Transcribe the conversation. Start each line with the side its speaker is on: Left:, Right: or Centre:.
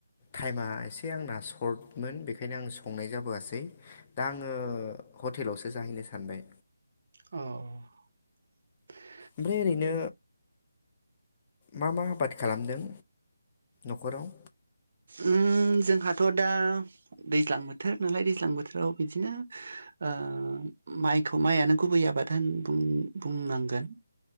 Left: टाइमा एसे आंना सर्टमोन बेखायनो आं संनाय जाबोआसै दा आङो हटेलावसो जाहैनो सानबाय
Right: औ <inaudible>
Left: ओमफ्राय ओरैनो मा मा आबाद खालामदों न'खराव?
Right: उम जोंहाथ' दा दैज्लां बोथोर नालाय दैज्लां बोथोराव बिदिनो अ माइखौ माइयानो गुबै आबाद होन बुं बुंनांगोन